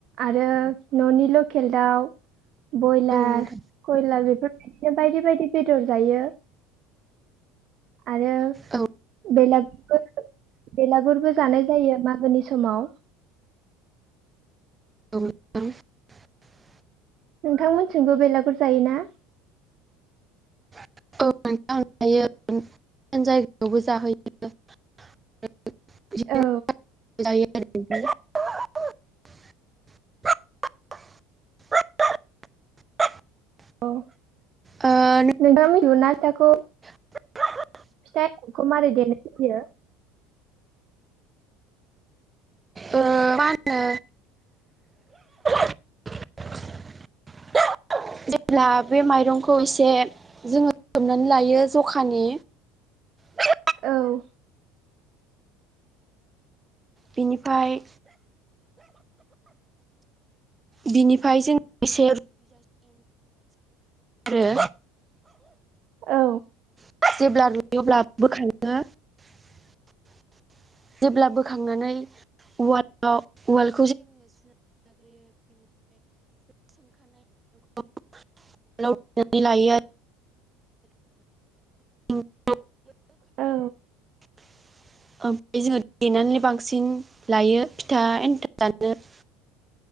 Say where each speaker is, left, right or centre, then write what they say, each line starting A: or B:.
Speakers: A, on the right; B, on the right.
A: आरो ननि लकेल दाउ बयलार
B: नोंथां
A: कयलार बेफोर बिदिनो बायदि बायदि बेदर जायो आरो
B: औ नोंथां
A: बेलागुर बेलागुरबो जानाय जायो गोनि समाव
B: <unintelligible>
A: नोंथांमोनथिंबो बेलागुर जायोना?
B: <unintelligible> <unintelligible>
A: औ
B: <unintelligible> <unintelligible>
A: औ
B: ओ नै
A: नोंथां मिथिगौना फिथाखौ
B: <inaudible>
A: फिथाखौ मारै देनाय जायो
B: ओ मा होनो <inaudible> जेब्ला बे माइरंखौ एसे जोङो सोमनानै लायो जखानि <unintelligible>
A: औ
B: बिनिफ्राय बिनिफ्राय जों एसे <unintelligible> आरो
A: औ
B: <unintelligible> जेब्ला बोखांनानै उवालाव उवाल <unintelligible> <unintelligible> आरो
A: औ।
B: <unintelligible> लायो फिथा एन्थाब जानो <inaudible>